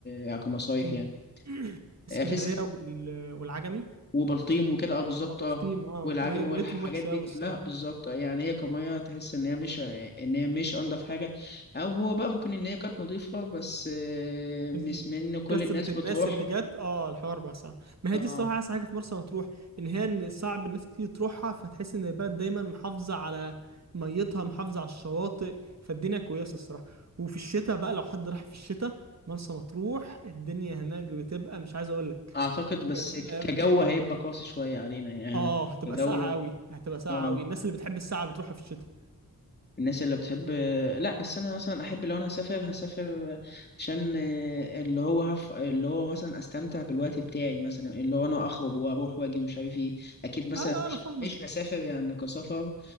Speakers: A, on the left; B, on the right.
A: يعني كمصايف
B: اسكن-
A: يعني
B: <clears throat> اسكندرية
A: آه، في
B: وال- والعجمي
A: وبلطيم وكده اه بالظبط
B: آه، بلطيم
A: اه
B: اه
A: والعجم
B: مي- ميتهم
A: والحاجات
B: وحشة
A: دي
B: أوي
A: كلها
B: الصراحة
A: بالظبط آه، يعني هي كمية تحس ان هي مش آه، ان هي مش انضف حاجة او هو بقى ممكن ان هي كانت نظيفة بس آه، مش
B: ال-
A: من كل
B: كثرة
A: الناس بتروح
B: الناس اللي جت اه الحوار بقى صعب ما
A: اه
B: هي دي الصراحة أحسن حاجة في مرسى مطروح إن هي إن صعب الناس كتير تروحها فتحس إن البلد دايما محافظة على ميتها محافظة على الشواطئ فالدنيا كويسة الصراحة وفي الشتاء بقى لو حد راح في الشتاء مرسى مطروح الدنيا هناك بتبقى مش عايز أقول لك
A: اعتقد بس
B: جميلة
A: ك- كجو
B: أوي
A: هيبقى قاسي شوية علينا يعني
B: اه هتبقى
A: كجو
B: ساقعة أوي هتبقى ساقعة
A: اه
B: أوي الناس اللي بتحب الساقعة بتروحها في الشتاء
A: الناس اللي بتحب لا بس انا مثلا احب لو انا هسافر هسافر عشان آه، اللي هو هف... اللي هو مثلا استمتع بالوقت بتاعي مثلا اللي هو انا اخرج واروح واجي ومش عارف ايه اكيد مثلا
B: اه آه،
A: مش
B: أنا فاهمك
A: مش هسافر يعني كسفر